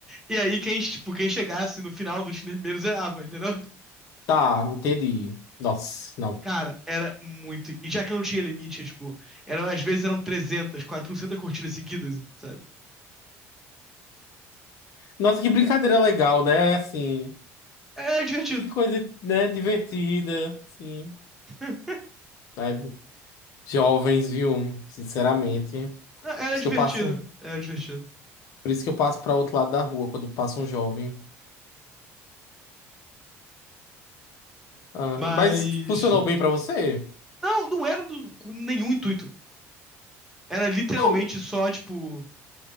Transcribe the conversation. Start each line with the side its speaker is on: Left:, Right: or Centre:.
Centre: e aí quem, tipo, quem chegasse no final do Tinder primeiro zerava, entendeu?
Left: Tá, entendi. Nossa, não.
Centre: Cara, era muito. E já que eu não tinha limite, tipo, eram, às vezes eram trezentas, quatrocentas curtidas seguidas, sabe?
Left: Nossa, que brincadeira legal, né? Assim.
Centre: Era divertido.
Left: Que coisa, né, divertida, sim.
Centre: <laughs>
Left: Ai, jovens, viu? Sinceramente. Por
Centre: Era
Left: isso
Centre: divertido.
Left: que eu passo,
Centre: Era divertido.
Left: por isso que eu passo para outro lado da rua quando passa um jovem. Ah,
Centre: Mas.
Left: mas funcionou bem para você?
Centre: Não, não era no- com nenhum intuito. Era literalmente
Left: Não,
Centre: só, tipo,